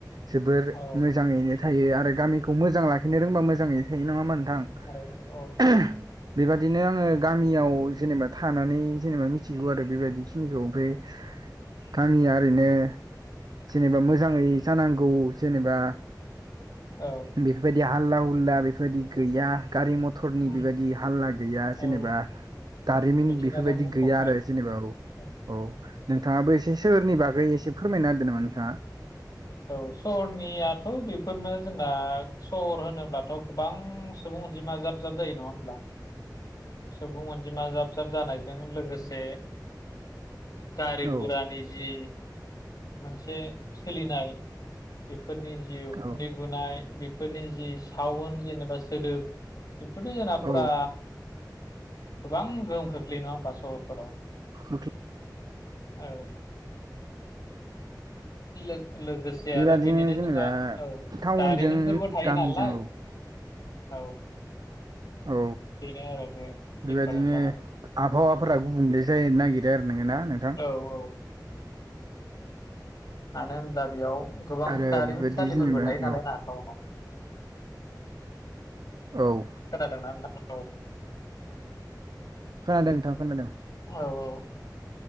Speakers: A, on the right (about 65°); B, on the left (about 55°).
A: जोबोर
B: औ
A: मोजाङैनो थायो आरो गामिखौ मोजां लाखिनो रोंबा मोजाङैनो थायो ओमबा नोंथां?
B: औ-औ
A: <inaudible> बेबादिनो आङो गामियाव जेनेबा थानानै जेनेबा मिथिगौ आरो बेबायदिखिनिखौ ओमफ्राय गामिया ओरैनो जेनेबा मोजाङै जानांगौ जेनेबा
B: औ।
A: बेफोरबायदि हालला हुला बेफोरबायदि गैया गारि मथ थरनि
B: उम
A: बेबायदि हाल्ला गैया
B: औ
A: जेनेबा दारिमिन
B: मिथिंगाजों
A: बेफोरबायदि
B: बुंफबनाय
A: गैया आरो जेनेबा
B: औ
A: औ-औ नोंथाङाबो एसे सोहोरनि बागै एसे फोरमायना होदो नामा
B: उम
A: नोंथाङा
B: औ सहरनियाथ' बेफोरनो जोंना सहर होनोब्लाथ' गोबां सुबुं अनजिमा जाब जाब जायो नङा होमब्ला? सुबुं अनजिमा जाब जाब जानायजों लोगोसे गारि गुरानि
A: औ
B: जि मोनसे सोलिनाय बेफोरनि जि उखुन्दै
A: औ
B: बुनाय बेफोरनि जि सावन जेनेबा सोदोब बेफोरथ' जोंना
A: औ
B: फुरा गोबां गोहोम खोख्लैयो नङा होमबा सहरफोराव?
A: <inaudible>
B: औ लोग लोगोसे जे
A: बेबादिनो
B: आरो बिदिनो
A: जेनेबा
B: जोंहा औ
A: टाउनजों
B: दारिमिनफोरबो थायो
A: गामिजों
B: नालाय
A: औ
B: औ।
A: औ
B: बेनो आरो दिफारेन्सा
A: बेबायदिनो
B: माने
A: आबहावाफोरा
B: उम।
A: गुबुंले जानो नागिरो। देर नोङोना नोंथां?
B: औ-औ मानो होनब्ला बेयाव गोबां
A: आरो
B: दारिमिनसालिफोरबो
A: बेबायदि जेनेबा
B: थायो नालाय
A: औ
B: ना टावनाव <inaudible>
A: औ।
B: खोनादोंना नोंथां औ।
A: खोनादों नोंथां खोनादों।
B: औ औ